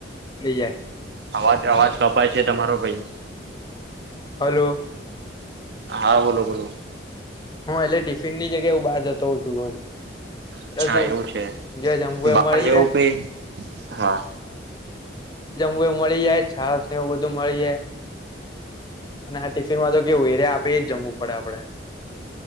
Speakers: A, on the left; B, on the right.
A: નઈ જાય.
B: અવાજ અવાજ કપાય છે તમારો ભઈ.
A: હલો.
B: હા બોલો બોલો.
A: હું એટલે ટિફિનની જગ્યા હું બાર જતો હોઉ છું રોજ.
B: અચ્છા
A: એટલે શું
B: એવું છે.
A: જે જમવું એ
B: બહાર
A: મળી
B: જવું
A: જાય
B: કઈ હા.
A: જમવુંએ મળી જાય છાસ એવું બધું મળી જાય. અને આ ટિફિર માં તો કે એર્યા આપે એજ જમવું પડે આપડે.